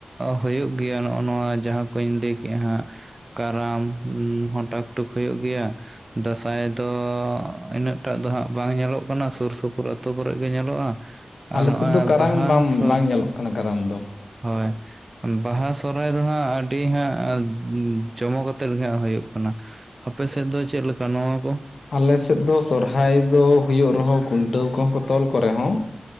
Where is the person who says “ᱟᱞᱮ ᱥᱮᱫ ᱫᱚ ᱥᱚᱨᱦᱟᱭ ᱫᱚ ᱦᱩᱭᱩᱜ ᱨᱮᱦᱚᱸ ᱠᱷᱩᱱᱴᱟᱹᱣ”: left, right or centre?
Left